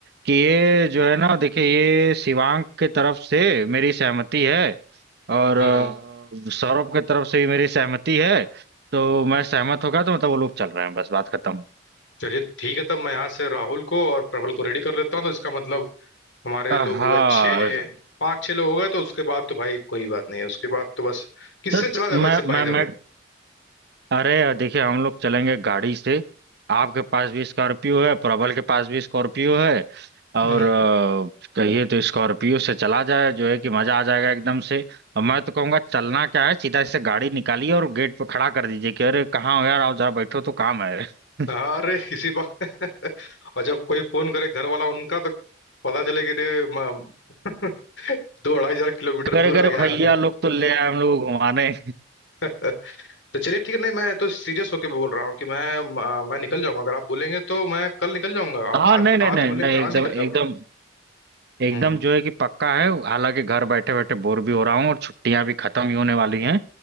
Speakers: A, on the right; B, on the left.
A: कि ये जो है ना देखिए ये शिवांग के तरफ से मेरी सहमति है और अ,
B: हम्म हम्म।
A: सौरभ के तरफ से भी मेरी सहमति है तो मैं सहमत होगा तो मतलब वो लोग चल रहे हैं बस बात खत्म
B: चलिए ठीक है तब मैं यहाँ से राहुल को और प्रबल को रेडी कर लेता हूँ तो इसका मतलब हमारे
A: अ,
B: लोग
A: हाँ
B: होगा छः पाँच छः लोग हो गए तो उसके बाद तो भाई कोई बात नहीं है उसके बाद तो बस किससे
A: तो, तो
B: चला जाए
A: मैं
B: वैसे
A: मैं
B: बाय द
A: मैं
B: वे
A: अरे यार देखिए हम लोग चलेंगे गाड़ी से आपके पास भी स्कॉर्पियो है प्रबल के पास भी स्कॉर्पियो है और
B: <laughs>
A: अ, कहिए तो स्कॉर्पियो से चला जाए जो है कि मजा आ जाएगा एकदम से और मैं तो कहूँगा चलना क्या है सीधा से गाड़ी निकालिए और गेट पे खड़ा कर दीजिए कि अरे कहाँ हो यार आओ जरा बैठो तो काम है <laughs>
B: अरे इसी बात <laughs> और जब कोई फोन करे घर वाला उनका तो पता चले कि रे म- <laughs> दो अढ़ाई हजार किलोमीटर
A: अरे
B: दूर
A: अरे
B: आ गया
A: भैया
B: है आदमी
A: लोग तो ले आए हम लोग घुमाने
B: <laughs> तो चलिए ठीक है नहीं मैं तो सीरियस होके बोल रहा हूँ कि मैं आ, मैं निकल जाऊंगा अगर आप बोलेंगे तो मैं कल निकल जाऊंगा
A: हाँ
B: आप आज
A: नहीं नहीं
B: आज
A: नहीं
B: बोलेंगे
A: नहीं
B: मैं
A: एकदम
B: आज निकल
A: एकदम
B: जाऊंगा
A: एकदम
B: हम्म
A: जो है कि पक्का है हालांकि घर बैठे बैठे बोर भी हो रहा हूँ और छुट्टियां भी खत्म ही होने वाली हैं